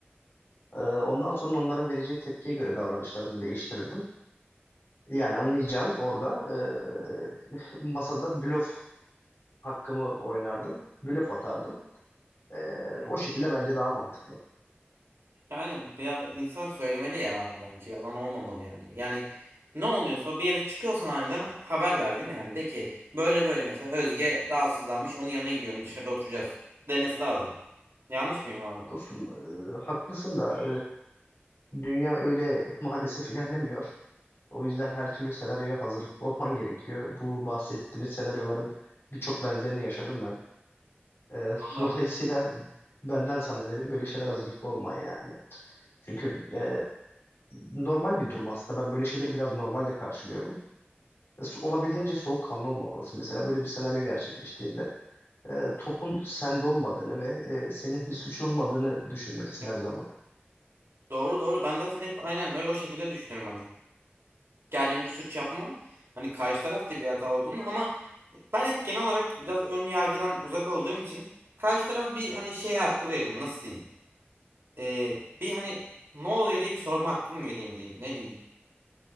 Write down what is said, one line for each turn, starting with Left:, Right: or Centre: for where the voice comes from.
Left: Ee, ondan sonra onların vereceği tepkiye göre davranışlarımı değiştirirdim. Yani anlayacağın orada e, masada blöf hakkımı oynardım. Blöf atardım. E,
Right: Hmm.
Left: o şekilde bence daha mantıklı.
Right: Yani biraz insan söylemeli ya bence yalan olmamalı yani. Yani ne oluyorsa bir yere çıkıyorsan aniden haber ver değil mi? Yani de ki böyle böyle mesela Özge rahatsızlanmış onun yanına gidiyorum dışarıda oturacağız demesi lazım. Yanlış mıyım abi?
Left: Dostum e, haklısın da e, dünya öyle <laughs> maalesef ilerlemiyor. O yüzden her türlü senaryoya hazırlıklı olman gerekiyor. Bu bahsettiğimiz senaryoların birçok benzerini yaşadım ben. E,
Right: Valla.
Left: <laughs> dolayısıyla benden sana önerim böyle şeyler hazırlıklı olman yani. Çünkü e, normal bir durum aslında. Ben böyle şeyleri biraz normalde karşılıyorum. E, so- olabildiğince soğukkanlı olmalısın. Mesela böyle bir senaryo gerçekleştiğinde e, topun sende olmadığını ve e, senin bir suçun olmadığını düşünmelisin
Right: Hep-
Left: her zaman.
Right: doğru doğru ben zaten hep aynen öyle o şekilde düşünüyorum hani. Kendim bir suç yapmam. Hani karşı taraf da bir hata olduğunu ama ben hep genel olarak biraz ön yargıdan uzak olduğum için karşı tarafa bir hani şey hakkı veririm nasıl diyeyim. Ee, bir hani ne oluyor diye bir sorma hakkımı vereyim diyeyim. Ne diyeyim?